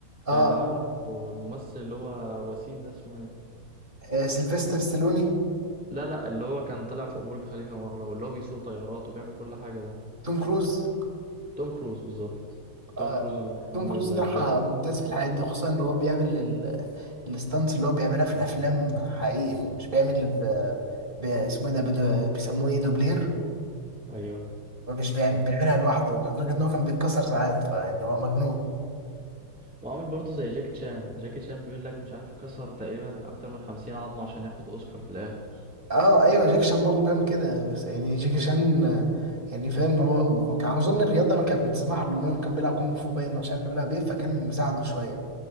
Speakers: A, in the centre; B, on the right (about 25°).
A: كان
B: اه,
A: اللي عامله الممثل اللي هو وسيم ده اسمه ايه
B: آه سيلفستر ستالوني
A: لا لا اللي هو كان طلع فوق برج خليفة مرة واللي هو بيسوق طيارات وبيعمل كل حاجة ده
B: توم كروز
A: توم كروز بالظبط توم
B: آه
A: كروز اللي كان
B: توم
A: عامل
B: كروز صراحه
A: جاكيت
B: ممتاز في الحاجات دي خصوصا ان هو بيعمل ال- الستانتس اللي هو بيعملها في الافلام حقيقي مش بيعمل ب... ب... اسمه ايه ده بدو... بيسموه ايه دوبلير
A: ايوه
B: مش بيعمل...
A: ف-
B: بيعملها لوحده لدرجه ان هو كان بيتكسر ساعات فان هو مجنون
A: وعامل برضه زي جاكي شان جاكي شان بيقول لك مش عارف كسر تقريبا اكتر من 50 عظمة عشان ياخد اوسكار في الاخر
B: اه ايوه جاكي شان برضه بيعمل كده بس يعني جاكي شان آه، يعني فاهم هو كان اظن الرياضه ما كانت بتسمح له لانه كان بيلعب كونغ فو باين مش عارف كان بيلعب ايه فكان مساعده شويه